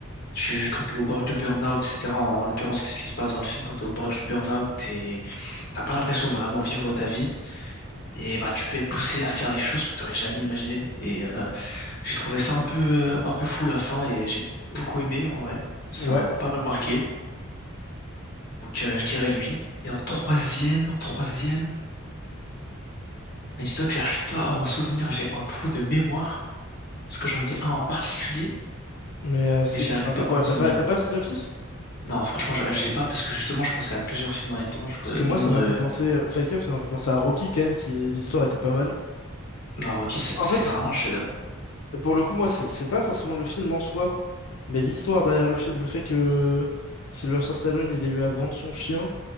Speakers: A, on the left; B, on the left.
A: Tu, quand t'es au bord du burn-out, etc. En, en l'occurrence, qu'est-ce qui se passe dans le film? Quand t'es au bord du burn-out, t'es, t'as pas l'impression de vraiment vivre ta vie. Et bah, tu peux être poussé à faire des choses que tu n'aurais jamais imaginées. Et euh, j'ai trouvé ça un peu, euh, un peu fou la fin et j'ai beaucoup aimé en vrai. Ça
B: Ouais.
A: m'a pas mal marqué. Donc euh, je dirais lui. Et en troisième, en troisième, mais dis-toi que j'arrive pas à m'en souvenir. J'ai un trou de mémoire parce que j'en ai un en particulier,
B: Mais euh, c'est,
A: mais j'arrive
B: il parle
A: pas
B: de quoi?
A: à m'en
B: T'as
A: souvenir.
B: pas, t'as pas le synopsis?
A: Non, franchement, j'a- j'ai pas parce que justement, je pensais à plusieurs films en même temps, je-
B: Parce que
A: dont
B: moi, ça m'a
A: euh,
B: fait penser. euh, Fight Club, ça m'a fait penser à Rocky, quand même, qui l'histoire était pas mal.
A: non, Rocky, c'est
B: En
A: c'est
B: fait,
A: vraiment un chef
B: pour le coup, moi, c'est c'est pas forcément le film en soi, mais l'histoire derrière le film. Le fait que Sylvester Stallone, il ait eu à vendre son chien